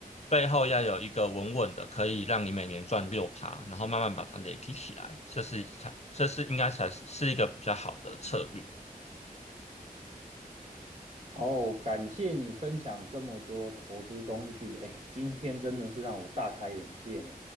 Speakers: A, on the left; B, on the right.
A: 背后要有一个稳稳的，可以让你每年赚六趴，然后慢慢把它累积起来，这是才这是应该才是一个比较好的策略。
B: 然后感谢你分享这么多投资工具，哎，今天真的是让我大开眼界呢。